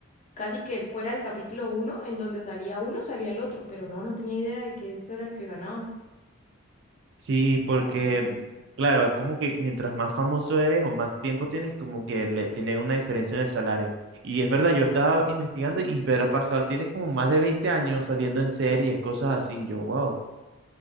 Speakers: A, on the left; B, on the right.
A: casi que fuera el capítulo uno, en donde salía uno, salía el otro, pero no, no tenía idea de que eso era lo que ganaban.
B: Sí,
A: Wow.
B: porque, claro, es como que mientras más famoso eres o más tiempo tienes, como que le tienen una diferencia en el salario. Y es verdad, yo estaba investigando y Pedro Pascal tiene como más de 20 años saliendo en series, cosas así. Yo, wow.